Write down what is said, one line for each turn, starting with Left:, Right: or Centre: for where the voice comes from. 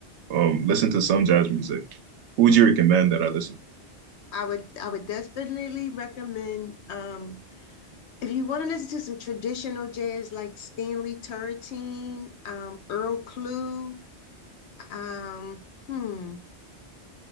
Right: um listen to some jazz music. Who would you recommend that I listen
Left: I would I would definitely recommend um if you want to listen to some traditional jazz like Stanley Turretine, um, Earl Clue, um, hmm,